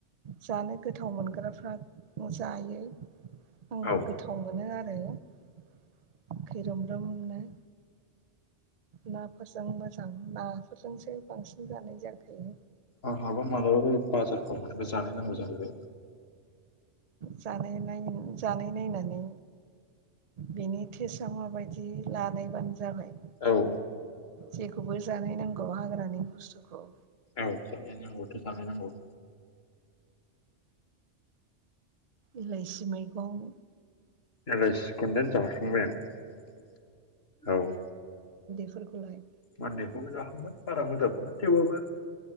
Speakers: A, on the right; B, on the left.
A: जानो गोथाव मोनग्राफ्रा जायो आंबो
B: औ
A: गोथाव मोनो आरो आरो खैरोमब्रोमनो नाफोरजों मोजां नाफोरजोंसो बांसिन जानाय जाखायो
B: आंहाबो मालाबा बे बाजारफ्राव मोनबा जानाय नांगौ जाहैबाय
A: जानाय नाय जानाय नायनानै बेनि टेस्टआ माबायदि लानायबानो जाबाय
B: औ
A: जेखौबो जानाय नांगौ हाग्रानि बुस्थुखौ
B: औ जानायनांगौथ जानायनांगौ
A: इलाइसि मैगं
B: एलायसिखौदेन जाखांबाय आं औ
A: बेफोरखौलाय
B: मानदेखौबो जाखांबाय बारा मोजां मोना थेवबाबो